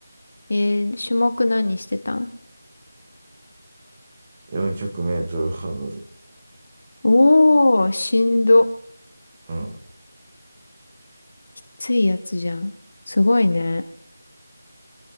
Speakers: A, on the left; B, on the right.
A: えー、種目何してたん
B: 400メートルハードル。
A: おー、しんど。
B: うん。
A: ついやつじゃん。すごいね。